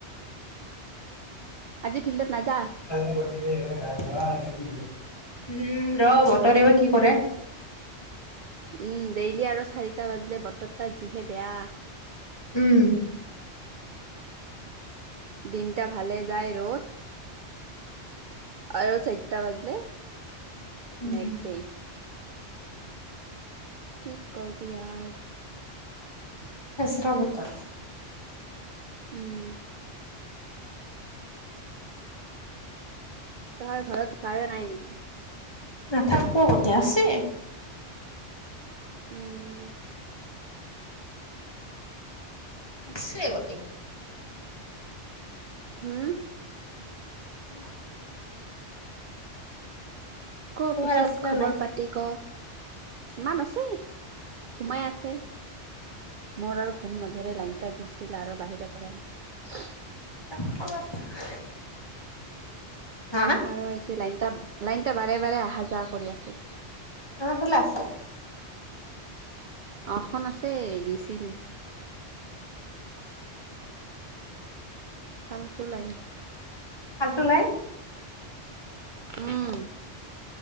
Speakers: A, on the right; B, on the left.
A: আজি ফিল্ডত নাযা
B: <unintelligible> বতৰে বা কি কৰে???
A: উম ডেইলি আৰু চাৰিটা বাজিলে বতৰ তাত যিহে বেয়া
B: উম
A: দিনটা ভালে যায় ৰ'দ। আৰু চাৰিটা বাজিলে।
B: উম
A: মেকনে <unintelligible> কি কৰিবি আৰু,,
B: খেচৰা বতৰ,
A: উম তহাৰ ঘৰত কাৰেণ্ট নাই নেকি?
B: নাথাকিব গতে আছে,,
A: উম
B: আছে গটেইকট
A: উম
B: তোমাৰ <unintelligible>
A: ক
B: তোমাৰ
A: পিছত
B: আছে না
A: খবৰ
B: নাই
A: পাতি ক ইমান আছে? সোমাই আছে। মোৰ আৰু ঘুম নধৰে লাইনটা গিছিল আৰু বাহিৰত অলাল
B: <unintelligible> হা
A: আৰু আহিছে লাইনটা লাইনটা বাৰে বাৰে অহা যোৱা কৰি আছে।
B: আমাৰ ফালে আছে।
A: অ খন আছে গিছিল। ফালটো লাইন
B: ফালটো লাই
A: উম